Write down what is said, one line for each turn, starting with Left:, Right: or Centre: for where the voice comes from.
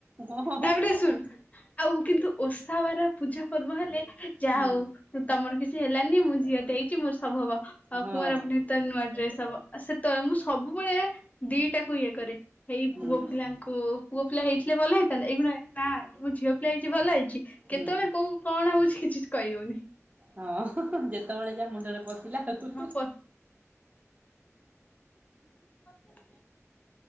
Right: ହଁ ହଁ
Left: ତାପରେ ଶୁଣ, ଆଉ କିନ୍ତୁ ଓଷା ବାର ପୂଜା ପର୍ବ ହେଲେ ଯାହା
Right: ହୁଁ
Left: ହଉ ତମର କିଛି ହେଲାନି ମୁଁ ଝଅଟେ ମୋର ସବୁ ହବ। ଆଉ
Right: ହଁ
Left: କୁଆଁର ପୁନେଇ ତ ନୂଆ ଡ୍ରେସ ହବ ସେତେବେଳେ ମୁଁ ସବୁବେଳେ ଏଇଆ ଦିଟା କୁ ଇଏ କରେ ହେଇ
Right: ହୁଁ
Left: ପୁଅ ପିଲାଙ୍କୁ ପୁଅ ପିଲା ହେଇ ଥିଲେ ଭଲ ହେଇଥାନ୍ତା, ଏ ନା ମୁଁ ଝିଅ ପିଲା ହେଇଛି ଭଲ ହେଇଛି
Right: ହୁଁ
Left: କେତେବେଳେ କଣ ହଉଛି କିଛି କହିହଉନି।
Right: ହଁ, ଯେତେବେଳେ ଯା ମୁଣ୍ଡରେ ଲା ଆଉ
Left: ହଁ ପ <unintelligible>